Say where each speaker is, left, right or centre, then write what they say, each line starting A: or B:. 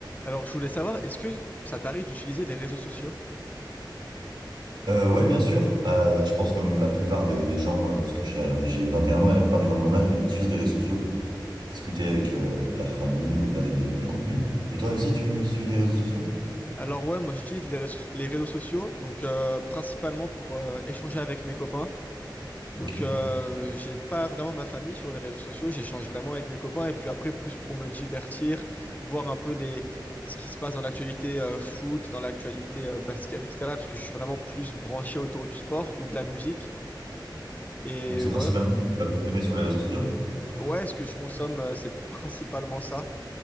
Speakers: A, on the left (about 20°); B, on the right (about 70°).
A: Alors, je voulais savoir, est-ce que ça t'arrive d'utiliser les réseaux sociaux?
B: Euh, ouais, bien sûr. Euh, je pense comme la plupart des, des gens, euh, parce que j'ai j'ai 21 ans et la plupart des gens de mon âge utilisent les réseaux sociaux pour discuter avec euh, leur famille ou regarder des- du contenu. Et toi aussi, tu, tu utilises des réseaux sociaux?
A: Alors ouais, moi j'utilise les réseaux, les réseaux sociaux, donc euh, principalement pour euh, échanger avec mes copains. Donc,
B: Ok.
A: euh, j'ai pas vraiment ma famille sur les réseaux sociaux. J'échange vraiment avec mes copains. Et puis après, plus pour me divertir, voir un peu les... ce qui se passe dans l'actualité euh, foot, dans l'actualité euh, basket, etc. Parce que je suis vraiment plus branché autour du sport ou de la musique. Et
B: Donc c'est
A: ouais,
B: principalement ce que tu vas consommer sur les réseaux sociaux?
A: ouais, ce que je consomme, euh, c'est principalement ça.